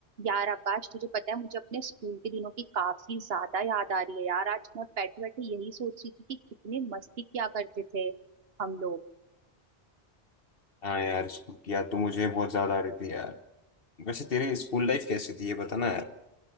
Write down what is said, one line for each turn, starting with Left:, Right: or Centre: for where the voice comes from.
Right: यार आकाश तुझे पता है मुझे अपने स्कूल के दिनों की काफी ज्यादा याद आ रही है यार आज मैं बैठे बैठे यही सोच रही थी कि कितनी मस्ती किया करते थे हम लोग
Left: हाँ यार स्कूल की याद तो मुझे बहुत ज्यादा आ रही थी यार वैसे तेरी स्कूल लाइफ कैसी थी ये बताना यार